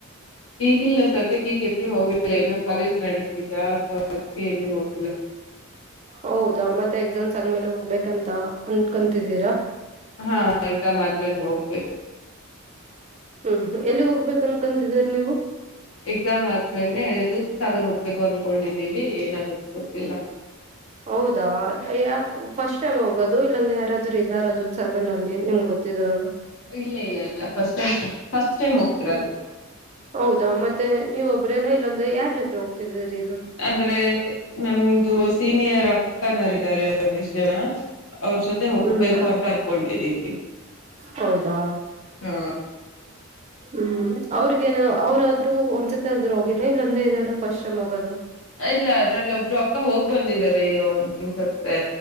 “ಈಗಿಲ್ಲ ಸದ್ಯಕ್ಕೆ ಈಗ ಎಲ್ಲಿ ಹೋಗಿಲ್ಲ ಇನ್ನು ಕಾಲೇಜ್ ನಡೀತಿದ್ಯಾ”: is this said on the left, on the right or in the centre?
Left